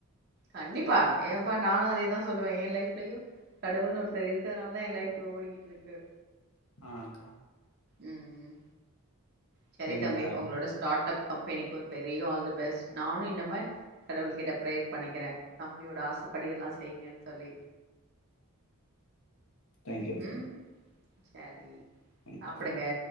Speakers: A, on the right; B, on the left.
A: கண்டிப்பா ஏம்பா நானு அதேதா சொல்லுவே என் லைஃப்லயு கடவுள்னு ஒருத்தர் இருக்கிறதுனாலதா என் லைஃப் ஓடிக்கிட்ருக்கு
B: ஆன்க்கா
A: ம் ம் சரி
B: சரிங்க்கா
A: தம்பி உங்ளோட ஸ்டாட்டப் கம்பெனிக்கு ஒரு பெரிய ஆல் த பெஸ் நானு இன்னம கடவுள் கிட்ட பிரேய்ர் பண்ணிக்கிற தம்பியோட ஆசப்படி எல்லா செய்ங்கன் சொல்லி
B: தேங்க்யூ தேங்க்யூ
A: ம் செரி
B: ம்
A: சாப்பிடுங்க
B: சரி